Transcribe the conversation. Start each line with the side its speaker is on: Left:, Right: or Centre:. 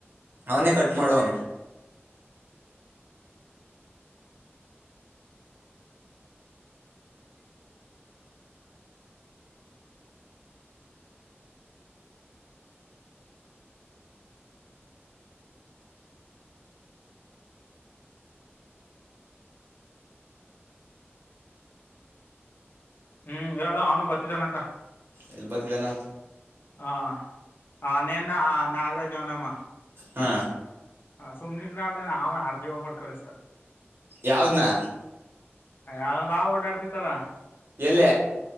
Right: ಅವನೇ ಕಟ್ ಮಾಡುವನು
Left: ಹ್ಮ್ ಹೇಳ ಅವನು ಬತಿದ್ದಾನಂತ
Right: ಇಲ್ಲಿ ಬತಿದಾನ
Left: ಹ ಹ ನೇನ್ನ ನಾಗರಾಜ ನಮ್ಮ
Right: ಹಾ
Left: ಹಾ ಸುಮ್ನರ್ನ ಅತ ಆ ಆರ್ತತಿವ ಮಾಡ್ ಕಳಿಸ್ತಾರೆ
Right: ಯಾವ್ದ್ನಾ
Left: ಯ ಯದೊಂದು ಆ ಓಡಾಡ್ತಿತ್ತಲ್ಲ
Right: ಎಲ್ಲ